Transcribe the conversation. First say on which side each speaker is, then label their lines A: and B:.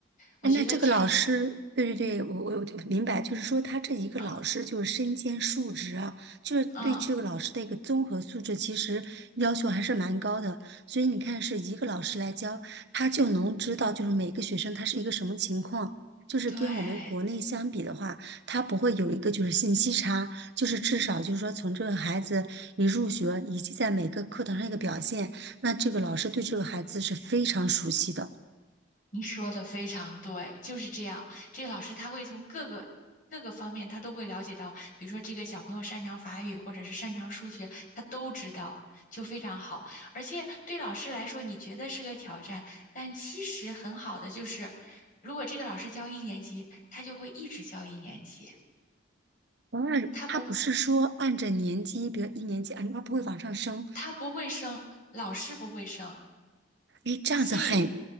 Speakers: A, on the left (about 45°); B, on the right (about 60°).
A: 我觉得这样，
B: 哎，那这个老师，对对对，我我我就明白，就是说他这一个老师就是身兼数职啊，
A: 嗯
B: 就是对这个老师的一个综合素质，
A: 嗯，
B: 其实要求还是蛮高的。所以你看，是一个老师来教，他就能知道就是每个学生他是一个什么情况。就是跟我们国内相比的话，
A: 对，
B: 他不会有一个就是信息差，就是至少就是说从这个孩子一入学以及在每个课堂上一个表现，那这个老师对这个孩子是非常熟悉的。
A: 你说的非常对，就是这样。这个老师他会从各个各个方面，他都会了解到，比如说这个小朋友擅长法语或者是擅长数学，他都知道，就非常好。而且对老师来说，你觉得是个挑战，但其实很好的就是，如果这个老师教一年级，他就会一直教一年级，
B: 然他不是说按着年级，
A: 他不
B: 比如一年级，啊，他不会往上升，
A: 他不会升，老师不会升，
B: 哎，这样子很，
A: 所以